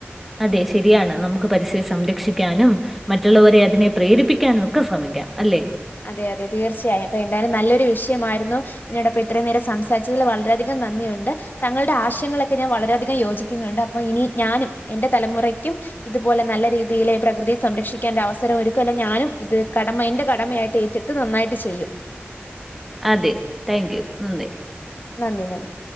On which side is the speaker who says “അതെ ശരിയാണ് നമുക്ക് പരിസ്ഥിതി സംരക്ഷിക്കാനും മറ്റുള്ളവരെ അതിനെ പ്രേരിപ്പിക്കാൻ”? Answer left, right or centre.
Centre